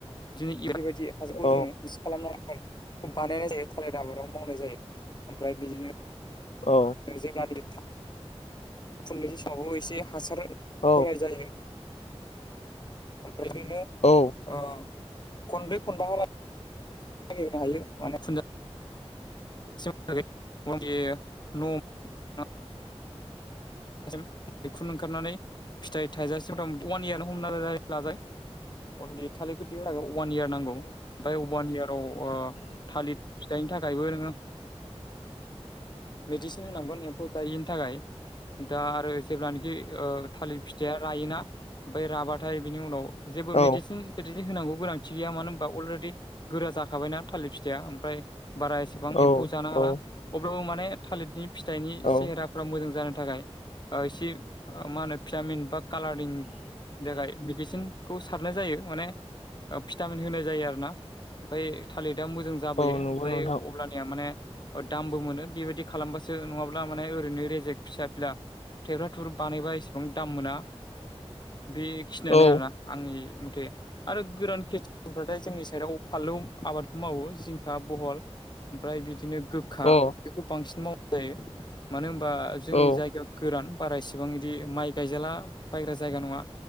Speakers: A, on the left; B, on the left.
A: हासारखौ
B: औ
A: जोङो मिक्स खालामनानै आबादखौ बानायनाय जायो थालिर आबादाव मावनाय जायो ओमफ्राय बिदिनो
B: औ।
A: जेब्लानिखि खुं खुंनोसै समावबो एसे हासार
B: औ
A: होनाय जायो। ओमफ्राय बिदिनो
B: औ।
A: ओ खनब्रै खनबाहाला <unintelligible> <unintelligible> <unintelligible> मैखुन ओंखारनानै फिथाइ थाइजासिम मथामति अवान इयारानो हमना लाजायो। थालिरखौ दिहुनो थाखाय अवान इयार नांगौ। ओमफाय अवान इयाराव थालिर फिथाइनि था खायबो नोङो मिडिसिन होनांगोन एम्फौ जायिनि थाखाय। दा आरो जेब्लानोखि थालिर फिथाइया रायोना ओमफ्राय राबाथाय बिनि उनाव जेबो
B: औ
A: मेडिसिन होनांगौ गोनांथि गैया मानो होनबा अलरेडि गोरा जाखाबायना थालिर फिथाइया ओमफ्राय बारा एस सेबां
B: औ
A: एम्फौ जानो हाला
B: औ
A: अब्लाबो माने थालिरनि फिथाइनि
B: औ
A: सेहेरा फ्रा मोजां जानो थाखाय इसे मा होनो भिटामिन बा कालारिंनि थाखाय मिदिसिन खौ सारनाय जायो माने भिटामिन होनाय जायो आरोना ओमफ्राय थालिरा मोजां जा जाबोयो
B: औ नंगौ
A: ओमफ्राय
B: नोंथां
A: अब्ला या माने दामबो मोनो बेबायदि खालामबासो नङाब्ला माने ओरैनो रेजेक फिसा फिला थेब्रा थुब्रि बानायबा एसेबां दाम मोना बेखिनियानो
B: औ
A: आरोना। आंनि मथे। आरो गोरान खेथि <unintelligible> थाय जोंनि साइडआव फानलौ आबादखौ मावो, जिंखा बहल। ओमफ्राय बिदिनो गोखा
B: अ
A: बेखौ बांसिन मावनाय जायो। मानो होनबा जोंनि
B: औ
A: जायगायाव गोरान बारा इसेबां बिदि माइ गायजाला बायग्रा जायगा नङा।